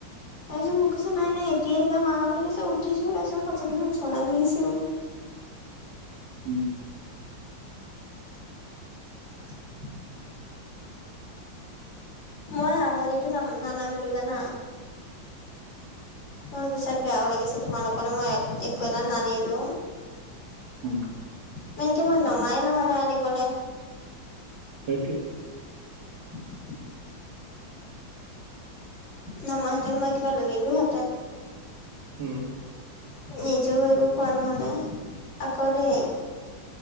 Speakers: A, on the left; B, on the right.
A: তাইচত মোক কৈছে নাই - নাই এতিয়াই যাম আহা বুলি কৈছে উঠিচো তছত সঁচাকে দেখুন চলাই নিছেও
B: উম
A: <inaudible> মই আমনি তো নাম- নানামিলো জানা মোৰ পিছত বেয়াও লাগিছে তোমালোকলৈ মই একো এটা নানিলো।
B: হম
A: মেনকে মই নমাই নহ'লে আনিবলে
B: সেইটোৱে।
A: <inaudible> নমা হেতেন মই কিবা নিলোহেঁতেন
B: উম
A: নিজেও একো খোৱা নহলে আকৌ দেই